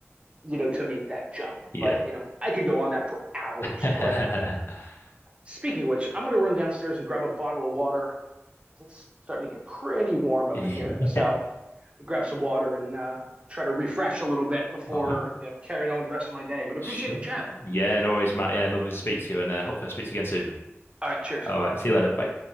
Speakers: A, on the right; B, on the left.
A: you know, to make that jump.
B: yeah.
A: But, you know, I could go on that for hours.
B: <laughs>
A: But speaking of which, I'm going to run downstairs and grab a bottle of water. It's starting to get pretty warm up
B: Yeah.
A: in here. So I grab some water and uh, try to refresh a little bit before,
B: All right.
A: you know, carrying on with the rest of my day. But appreciate
B: Sure.
A: the chat.
B: Yeah, no worries, Matt. Yeah, lovely to speak to you, and uh, hopefully I'll speak to you again soon.
A: All right. Cheers.
B: All right, see you later. Bye.